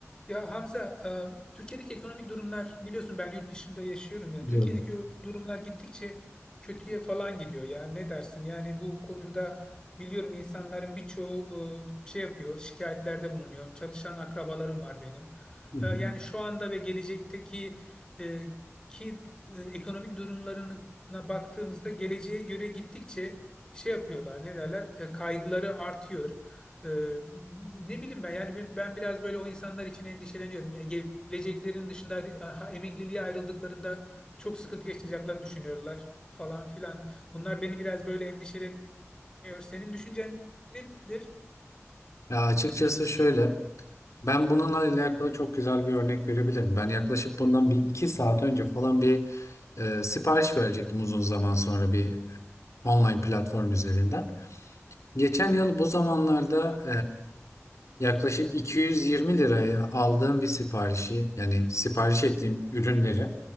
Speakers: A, on the left; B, on the left.
A: Ya Hamza, e, Türkiye'deki ekonomik durumlar biliyorsun ben yurt dışında yaşıyorum ya.
B: Biliyorum.
A: Türkiye'deki o durumlar gittikçe kötüye falan gidiyor ya. Ne dersin? Yani bu konuda biliyorum insanların birçoğu e, şey yapıyor, şikayetlerde bulunuyor. Çalışan akrabalarım var benim.
B: Hı hı.
A: E, Yani şu anda ve gelecekteki e, ki e, ekonomik durumlarına baktığımızda geleceğe göre gittikçe şey yapıyorlar. Ne derler? E, Kaygıları artıyor. Ee, ne bileyim ben yani ben ben biraz böyle o insanlar için endişeleniyorum. Ya Geleceklerin dışında ha, emekliliğe ayrıldıklarında çok sıkıntı yaşayacaklarını düşünüyorlar falan filan. Bunlar beni biraz böyle endişeleniyor. Senin düşüncen nedir?
B: Ya açıkçası şöyle, ben bununla alakalı çok güzel bir örnek verebilirim. Ben yaklaşık bundan bir iki saat önce falan bir e, sipariş verecektim uzun zaman sonra bir online platform üzerinden. Geçen yıl bu zamanlarda e, yaklaşık 220 liraya aldığım bir siparişi, yani sipariş ettiğim ürünleri,